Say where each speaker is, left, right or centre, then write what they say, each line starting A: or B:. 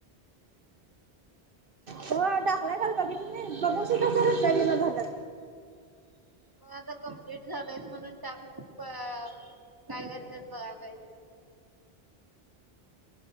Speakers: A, on the right; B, on the right.
A: हा टाकलाय काल बघितलं नाही बघून सुद्धा सर रिप्लाय देइना झाल्यात.
B: मग आता कमप्लीट झालंयस म्हणून टाकू क काय करत्यात बघा पाहिजे.